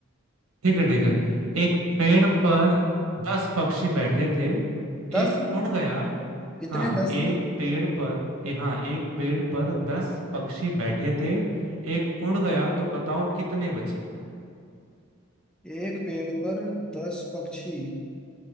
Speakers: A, on the right (about 85°); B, in the centre.
A: ठीक है ठीक है एक पेड़ पर दस पक्षी बैठे थे
B: दस
A: एक उड़ गया
B: कितने
A: हाँ
B: दस
A: एक पेड़ पर ए, हाँ एक पेड़ पर दस पक्षी बैठे थे एक उड़ गया तो बताओ कितने बचे
B: एक पेड़ पर दस पक्षी